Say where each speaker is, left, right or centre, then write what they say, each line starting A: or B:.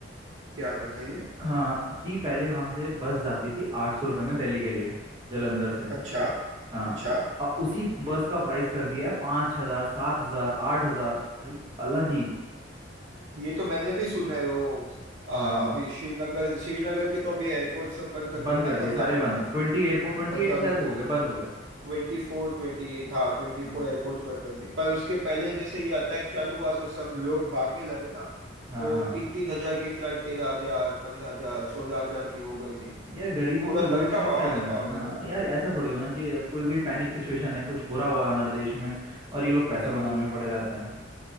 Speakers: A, on the right (about 85°); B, on the right (about 25°).
A: क्या बताइए
B: हाँ कि पहले वहां से बस जाती थी आठ सौ रुपये में दिल्ली के लिए जलंधर से
A: अच्छा
B: हाँ
A: अच्छा
B: अब उसी बस का प्राइस कर दिया है पाँच हजार सात हजार आठ हजार भाई अलग ही
A: ये तो मैंने भी सुना है वो आ,
B: हाँ
A: अभी श्रीनगर श्रीनगर के तो अभी एयरपोर्ट सब बंद कर
B: बंद
A: दिए ना
B: कर दिए
A: पंद्रह
B: सारे
A: मई
B: बंद
A: तक
B: ट्वेंटी एयरपोर्ट ट्वेंटी
A: पंजाब
B: एट शायद
A: में तक
B: हो गए बंद हो गए
A: ट्वेंटी फोर ट्वेंटी एट हाँ ट्वेंटी
B: हाँ
A: फोर एयरपोर्ट्स बंद कर दिए पर उसके पहले जैसे ये अटैक चालू हुआ तो सब लोग भागने लगे ना
B: हाँ
A: तो
B: हाँ
A: तीन तीन हजार की फ्लाइट तेरह हजार पंद्रह हजार सोलह हजार की हो गई थी
B: यार गरीबों
A: पूरा
B: को लूटने
A: डर का
B: में
A: माहौल
B: क्या मिलता
A: है ना वहाँ
B: है
A: पर
B: हाँ
A: तो
B: यार ऐसा थोड़ी होना चाहिए अब कोई कोई पैनिक सिचुएशन है कुछ बुरा हुआ है हमारे देश में और ये लोग पैसा
A: जी
B: बनाने
A: जी
B: में पड़े रहते हैं